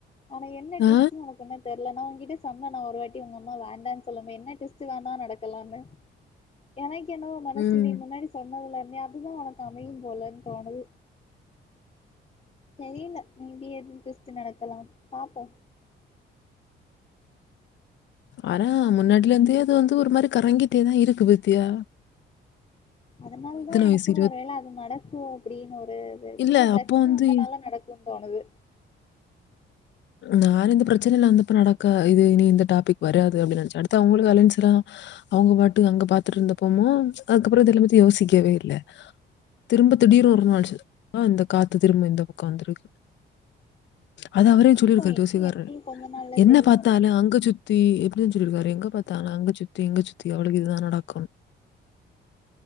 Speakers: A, on the left (about 30°); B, on the left (about 65°).
A: ஆனா என்ன டெஸ்டு
B: ஆ
A: உனக்கென்ன தெர்லன்னா ஒங்கிட்ட சொன்ன நா ஒரு வாட்டி ஒங்கம்மா வேண்டானு சொல்லுமே என்ன டெஸ் ச்சு வேண்ணாநடக்கலாமே எனக்கு என்னவோ மனசு
B: ம்.
A: நீ முன்னாடி சொன்னதெல்லாமே அதுதா ஒனக்கு அமையும் போலன் தோணுது தெரியல மேபி எது டெஸ்ட்டு நடக்கலா பாப்போ
B: அறா முன்னாடியில இந்தே அது வந்து ஒரு மாரி கறங்கிட்டே தா இருக்கு பத்தியா
A: அதனால தா எனக்கு
B: வயசு?
A: ஒருவேள அது நடக்கு அப்டின்னு ஒரு இது
B: இல்ல
A: இவ்ளோ பிரச்சன
B: அப்போ வந்து
A: வந்தனால நடக் குந் தோணுது
B: நானு இந்த ப்ரச்சனைல வந்தப்ப நடக்கா இது இனி இந்த டாபிக் வராது அப்படின் நெனச்ச அடுத்து அவங்களுக்கு அலென்ஸ்லா அவுங்க பாட்டு அங்க பாத்துட்டு இருந்தப்போமு அதுக்கப்புற இத எல்ல பத்தி யோசிக்கவே இல்ல திரும்ப திடீர் ஒரு நாள்ச்சு அ இந்த காத்து திரும்ப இந்த பக்கம் வந்துருக்கு அது அவரே
A: பாப்போ
B: சொல்லியிருக்காரு
A: இனி
B: ஜோசிகார்ரு
A: எப்டி கொஞ்ச நாள்ல
B: என்ன
A: தெரியு
B: பாத்தா
A: இன்னு
B: ஆனா அங்க சு தி எப்டின் சொல்லிடுக்காரு எங்க பாத்தாலு அங்க சுத்தி இங்க சுத்தி அவளுக்கு இதுதா நடக்கும்